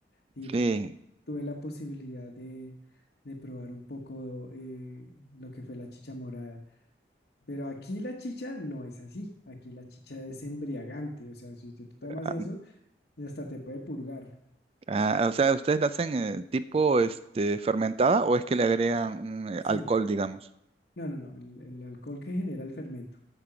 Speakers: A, on the left; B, on the right.
A: y
B: Sí.
A: tuve la posibilidad de, de probar un poco eh, lo que fue la chicha morada. Pero aquí la chicha no es así, aquí la chicha es embriagante, o sea, si tú tomas
B: Ah,
A: eso, hasta te puede purgar.
B: ah, o sea, ¿ustedes la hacen eh, tipo, este, fermentada o es que le agregan un eh,
A: Sí,
B: alcohol, digamos?
A: no, no, no, el, el alcohol que genera el fermento.